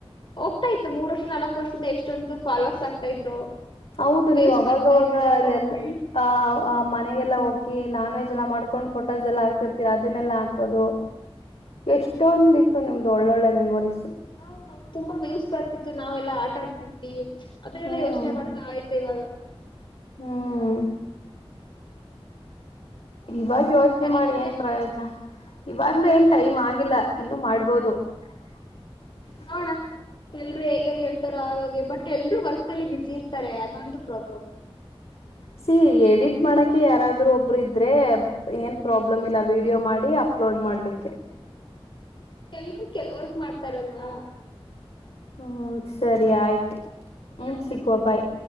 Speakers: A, on the left; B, on the left.
A: ಹೋಗ್ತಾ ಇತ್ತು ಮೂರ್ ವರ್ಷ ನಾಲ್ಕು ವರ್ಷದಿಂದ ಎಷ್ಟೊಂದು ಫಾಲೋವರ್ಸ್ ಆಗ್ತಾ ಇದ್ರು.
B: ಹೌದು
A: ವ್ಯೂಸ್
B: ನೀವು ಅವಾಗವಾಗ
A: ಬರ್ತಾ ಇತ್ತು
B: ಎಲ್ಲ ಆಹ್ ಆ ಮನೆಗೆಲ್ಲ ಹೋಗಿ ನಾನ್ ವೆಜ್ ಎಲ್ಲ ಮಾಡ್ಕೊಂಡ್ ಫೋಟೋಸ್ ಎಲ್ಲ ಆಗ್ತಿರ್ತೀರ ಅದನ್ನೆಲ್ಲಾ ಹಾಕೋದು. ಇಷ್ಟೊಂದು ಇತ್ತು ನಿಮ್ದ ಒಳ್ಳಳ್ಳ ಮೆಮೊರೀಸು.
A: ಹ ತುಂಬಾ ವ್ಯೂಸ್ ಬರ್ತಿತ್ತು ನಾವೆಲ್ಲಾ ಆಟ ಆಡ್ತಿದ್ವಿ. ಅದೆಲ್ಲ
B: ಹ್ಮ್
A: ಯೋಚನೆ ಮಾಡ್ತಾ- ಇವಾಗ
B: ಹ್ಮ್ ಇವಾಗ ಯೋಚನೆ
A: ಸರಿ
B: ಮಾಡಿ
A: ಮತ್ತೆ
B: ಏನ್ ಪ್ರಯೋಜನ ಇವಾಗ್ಲುೂ
A: ಏನು
B: ಏನ್
A: ಮಾಡ
B: ಟೈಮ್ ಆಗಿಲ್ಲ ಇನ್ನು ಮಾಡ್ಬೋದು. <inaudible>
A: ನೋಣ ಎಲ್ರು ಹೇಗ್ ಹೇಗ್ ಹೇಳ್ತಾರೋ ಹಾಗಾಗೆ ಬಟ್ ಎಲ್ರು ವರ್ಕ್ ಅಲ್ಲಿ ಬಿಸಿ ಇರ್ತಾರೆ ಅದೊಂದು ಪ್ರಾಬ್ಲಮ್.
B: ಸಿ ಎಡಿಟ್ ಮಾಡಕೆ ಯಾರಾದ್ರೂ ಒಬ್ರು ಇದ್ರೆ ಏನ್ ಪ್ರಾಬ್ಲಮ್ ಇಲ್ಲ ವೀಡಿಯೋ ಮಾಡಿ ಅಪ್ಲೋಡ್ ಮಾಡ್ಲಿಕ್ಕೆ.
A: ಎಲ್ರು ಕೆಲ್ವರ್ಕ್ ಮಾಡ್ತಾರಲ್ವಾ?
B: ಹ್ಮ್ ಸರಿ ಆಯ್ತು ಹ್ಮ್
A: ಅನ್ಸಲ್ಲ
B: ಸಿಗುವ ಬಾಯ್.